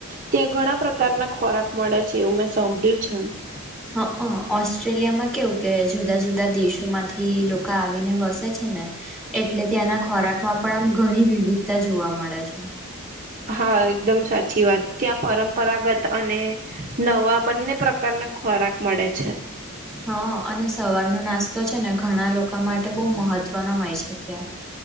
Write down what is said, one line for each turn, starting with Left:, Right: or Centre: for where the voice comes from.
Right: ત્યાં ઘણા પ્રકારના ખોરાક મળે છે એવું મેં સાંભળ્યું છે.
Centre: હ ઓસ્ટ્રેલિયામાં કેવું કે જુદા જુદા દેશો માંથી લોકો આવીને વસે છે. છે ને એટલે ત્યાંના ખોરાકમાં પણ આમ ઘણી વિવિધતા જોવા મળે છે.
Right: હા એકદમ સાચી વાત ત્યાં પરંપરાગત અને નવા બંને પ્રકારના ખોરાક મળે છે.
Centre: હા અને સવારનો નાસ્તો છે ને ઘણા લોકો માટે બહુ મહત્વનો હોય છે ત્યાં